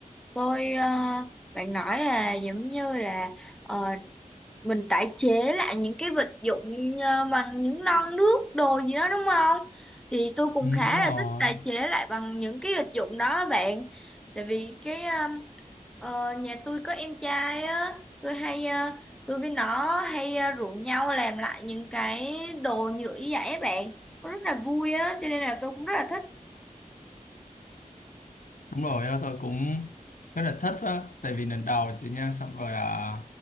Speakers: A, in the centre; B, on the left.
A: tôi ờ, bạn nói là giống như là ờ, mình tái chế lại những cái vật dụng ờ, bằng những non nước đồ gì đó đúng không? Thì tôi cũng
B: Ừ,
A: khá
B: đúng
A: là
B: rồi.
A: thích tái chế lại bằng những cái vật dụng đó á bạn, tại vì cái ờ, ờ, nhà tôi có em trai á, tôi hay ờ, tôi với nó hay ờ, rủ nhau làm lại những cái đồ nhựa như vậy á bạn, nó rất là vui á, cho nên là tôi cũng rất là thích.
B: Đúng rồi, á, tôi cũng rất là thích á, tại vì lần đầu tự nhiên xong rồi à,